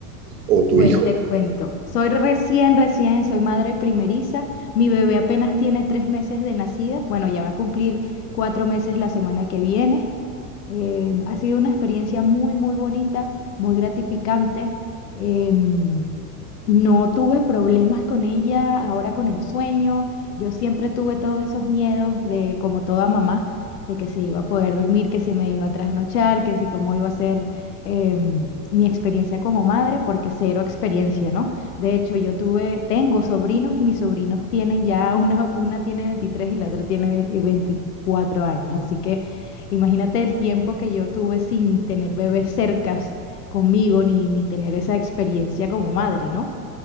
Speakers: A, on the right; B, on the left.
A: o tu
B: Bueno,
A: hijo.
B: te cuento. Soy recién, recién, soy madre primeriza. Mi bebé apenas tiene tres meses de nacida. Bueno, ya va a cumplir cuatro meses la semana que viene. Em, ha sido una experiencia muy, muy bonita, muy gratificante. Em, no tuve problemas con ella ahora con el sueño. Yo siempre tuve todos esos miedos de, como toda mamá, de que se iba a poder dormir, que se me iba a trasnochar, que si cómo iba a ser em, mi experiencia como madre, porque cero experiencia, ¿no? De hecho, yo tuve, tengo sobrinos y mis sobrinos tienen ya, una, una tiene 23 y la otra tiene 20 24 años, así que Imagínate el tiempo que yo tuve sin tener bebés cercas conmigo ni, ni tener esa experiencia como madre, ¿no?